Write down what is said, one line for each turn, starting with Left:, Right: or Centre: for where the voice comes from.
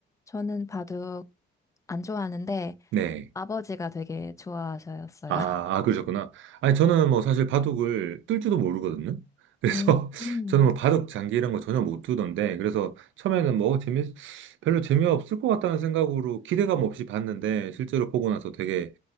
Left: 저는 바둑 안 좋아하는데,
Right: 네.
Left: 아버지가 되게 좋아하셨어요.
Right: 아,
Left: <laughs>
Right: 아, 그러셨구나. 아니, 저는 뭐 사실 바둑을 뜰 줄도 모르거든요. 그래서
Left: 음,
Right: <laughs>
Left: 음.
Right: 저는 뭐 바둑 장기 이런 거 전혀 못 두던데, 그래서 처음에는 뭐 어, 재미, 별로 재미없을 것 같다는 생각으로 기대감 없이 봤는데, 실제로 보고 나서 되게